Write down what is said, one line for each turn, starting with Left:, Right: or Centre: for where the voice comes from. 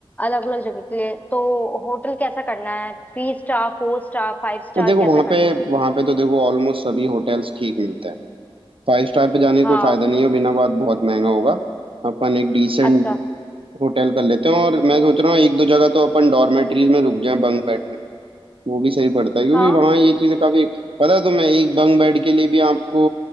Left: अलग अलग जगह के लिए तो होटल कैसा करना है three star four star five star
Right: तो देखो
Left: कैसा
Right: वहाँ
Left: करना
Right: पे
Left: है
Right: वहाँ पे तो देखो ऑलमोस्ट सभी होटल्स ठीक मिलते हैं फाइव स्टार पे जाने का
Left: हाँ
Right: कोई फायदा नहीं है बिना बात बहुत महंगा होगा अपन एक डिसेंट
Left: अच्छा
Right: होटल कर लेते हैं और मैं सोच रहा हूँ एक दो जगह तो अपन डॉर्मेटरीज में रुक जाएं बंक बेड में वो भी सही पड़ता है क्योंकि
Left: हाँ
Right: वहाँ ये चीजें काफी पता है तुम्हें एक बंग बेड के लिए भी आपको